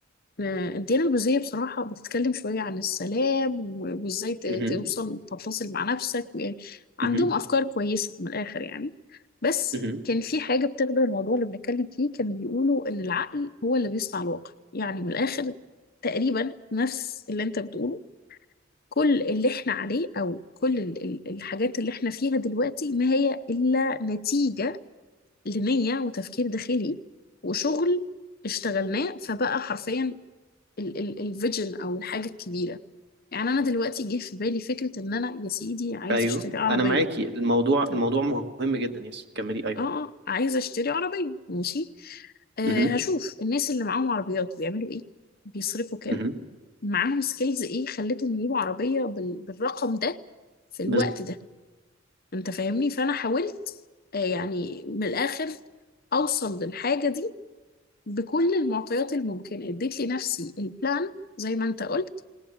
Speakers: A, on the left; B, on the right.
A: آه، الديانة البوذية بصراحة بتتكلم شوية عن السلام و- وازاي ت-
B: مم.
A: توصل تتصل مع نفسك ويعني عندهم
B: مم.
A: أفكار كويسة من الآخر يعني بس
B: مم.
A: كان في حاجة بتخدم الموضوع اللي بنتكلم فيه كانوا بيقولوا إن العقل هو اللي بيصنع الواقع يعني من الآخر تقريبا نفس اللي أنت بتقوله كل اللي احنا عليه أو كل ال- ال- الحاجات اللي احنا فيها دلوقتي ما هي إلا نتيجة لنية وتفكير داخلي وشغل اشتغلناه فبقى حرفيا الفيجن او الحاجه الكبيره يعني انا دلوقتي جه في بالي فكره ان انا يا سيدي عايزه
B: ايوه
A: اشتري عربيه
B: انا معاكي الموضوع
A: طب
B: الموضوع مهم جدا يس كملي ايوه
A: اه اه عايزه اشتري عربيه ماشي آه
B: مهم.
A: هشوف الناس اللي معاهم عربيات بيعملوا ايه بيصرفوا كام
B: مهم.
A: معاهم سكيلز ايه خلتهم يجيبوا عربيه بال... بالرقم ده في الوقت
B: بز-
A: ده انت فاهمني فانا حاولت آه يعني من الاخر اوصل للحاجه دي بكل المعطيات الممكنه اديت لنفسي البلان زي ما انت قلت